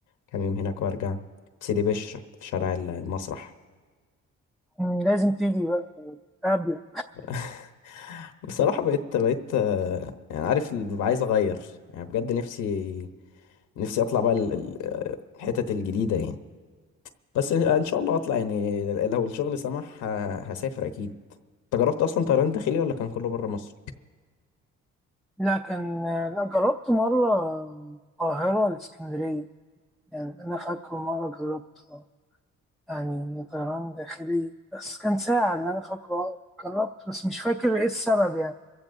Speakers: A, on the left (about 80°); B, in the centre.
A: كام يوم هناك وارجع في سيدي بشر في شارع ال- المسرح
B: مم، لازم تيجي بقى قبل
A: <laughs> بصراحه بقيت بقيت آه، يعني عارف اللي ببقى عايز اغير يعني بجد نفسي نفسي اطلع بقى ال- ال- آه، الحتت الجديده يعني بس ان شاء الله هطلع يعني لو الشغل سمح ه- هسافر اكيد انت جربت اصلا طيران داخلي ولا كان كله بره مصر
B: لا كان لا جربت مرة القاهرة الإسكندرية يعني أنا فاكره مرة جربت آه، يعني طيران داخلي بس كان ساعة اللي أنا فاكره آه، جربت بس مش فاكر إيه السبب يعني